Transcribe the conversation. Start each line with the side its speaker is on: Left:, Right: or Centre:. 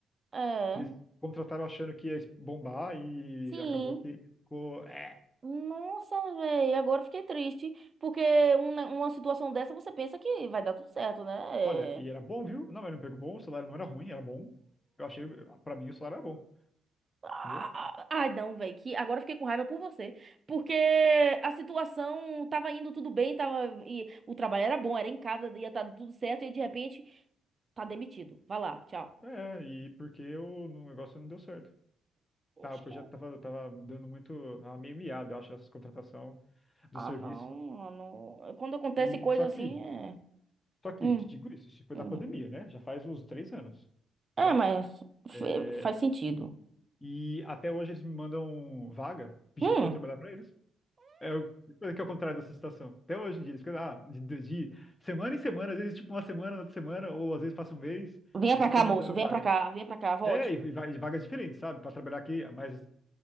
Right: É,
Left: Eles contrataram achando que ia bombar e
Right: sim.
Left: acabou que ficou. É.
Right: Nossa, velho, agora eu fiquei triste, porque um ne- uma situação dessa você pensa que vai dar tudo certo, né?
Left: Olha, e
Right: É.
Left: era bom, viu? Não, era um emprego bom, o salário não era ruim, era bom. Eu achei, pra mim, o salário era bom.
Right: Ah,
Left: entendeu?
Right: ai, não, velho, que agora eu fiquei com raiva por você, porque a situação tava indo tudo bem, tava e o trabalho era bom, era em casa, ia estar tudo certo e de repente tá demitido. Vai lá, tchau.
Left: É, e porque o negócio não deu certo.
Right: Poxa,
Left: Tá, o projeto tava, tava dando muito, tava meio miado, eu acho, essa contratação do
Right: Ah,
Left: serviço.
Right: não, mano. Quando acontece
Left: E
Right: coisa
Left: só
Right: assim,
Left: que,
Right: é,
Left: só que,
Right: hum,
Left: te digo isso, isso foi
Right: hum.
Left: na pandemia, né? Já faz uns três anos,
Right: É,
Left: já.
Right: mas fe-
Left: É,
Right: faz sentido.
Left: e até hoje eles me mandam vaga pedindo
Right: Hum.
Left: pra eu trabalhar pra eles. É o- coisa que é o contrário dessa situação. Até hoje em dia, eles ficam, ah, de, de de semana em semana, às vezes tipo uma semana, outra semana, ou às vezes passa um mês,
Right: Venha
Left: eles
Right: pra
Left: ficam
Right: cá,
Left: mandando
Right: moço, venha
Left: vaga.
Right: pra cá, venha pra cá, volte.
Left: É, e, e vai- e vagas diferentes, sabe? Pra trabalhar aqui, mas